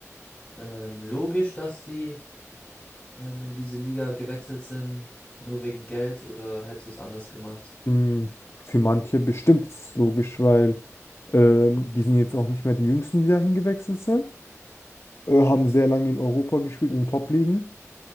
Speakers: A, on the left; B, on the left.
A: ähm, logisch, dass die ähm, in diese Liga gewechselt sind, nur wegen Geld oder hättest du es anders gemacht?
B: Mm, Für manche bestimmt ist es logisch, weil ähm, die sind jetzt auch nicht mehr die Jüngsten, die dahin gewechselt sind, äh, haben sehr lange in Europa gespielt, in den Top-Ligen.